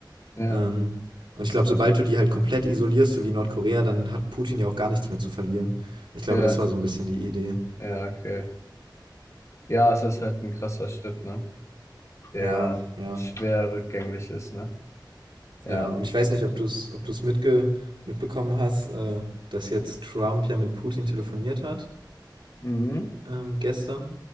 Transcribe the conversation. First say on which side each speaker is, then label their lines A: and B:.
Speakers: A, on the left; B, on the right.
A: ja,
B: Ähm, und ich glaube, sobald du die halt komplett isolierst, so wie Nordkorea, dann hat Putin ja auch gar nichts mehr zu verlieren. Ich glaube,
A: ja,
B: das war so ein bisschen die Idee.
A: ja, okay. Ja, es ist halt ein krasser Schritt, ne? Der
B: Ja, ja,
A: schwer rückgängig ist, ne? Ja.
B: ja. Und ich weiß nicht, ob du es ob du's mitge mitbekommen hast, äh, dass jetzt Trump ja mit Putin telefoniert hat
A: Mhm.
B: ähm, gestern.